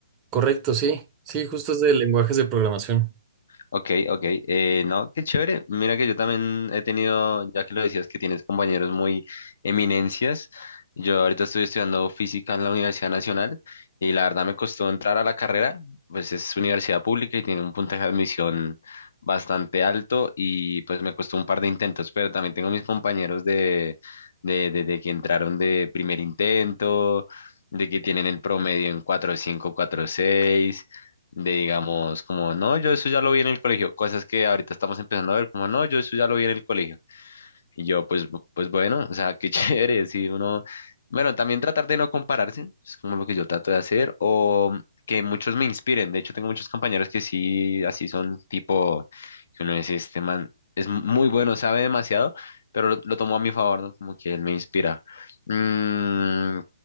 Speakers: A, on the right; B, on the left.
A: Correcto, sí. Sí, justo es de lenguajes de programación.
B: Ok, ok. Eh, no, qué chévere. Mira que yo también he tenido, ya que lo decías, que tienes compañeros muy eminencias. Yo ahorita estoy estudiando física en la Universidad Nacional y la verdad me costó entrar a la carrera, pues es universidad pública y tiene un puntaje de admisión bastante alto y pues me costó un par de intentos, pero también tengo mis compañeros de, de, de, de que entraron de primer intento, de que tienen el promedio en 4.5, seis de digamos, como, no, yo eso ya lo vi en el colegio, cosas que ahorita estamos empezando a ver, como, no, yo eso ya lo vi en el colegio. Y yo, pues, bu- pues bueno, o sea, qué <laughs> chévere, si uno, bueno, también tratar de no compararse, es como lo que yo trato de hacer, o que muchos me inspiren. De hecho, tengo muchos compañeros que sí, así son, tipo, que uno dice, este man es muy bueno, sabe demasiado, pero lo, lo tomo a mi favor, ¿no? Como que él me inspira. Mm,